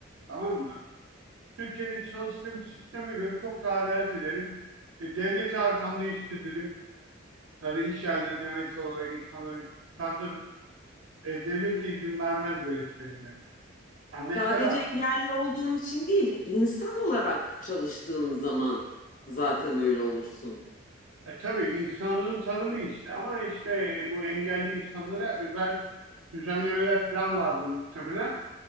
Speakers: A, on the right (about 65°); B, on the left (about 40°).
A: tamam mı? Türkiye'de çalıştığım sisteme göre çok daha rahat ederim. E, devleti arkamda hissederim. Tabii iş yerlerinde mental olarak insanları yukarıdadır. E, devlet de izin vermez böyle şeylere. Ya mesela
B: Sadece engelli olduğun için değil, insan olarak çalıştığın zaman zaten öyle olursun.
A: E, tabii insanlığın tanımı işte ama işte e, bu engelli insanlara özel düzenlemeler falan vardı muhtemelen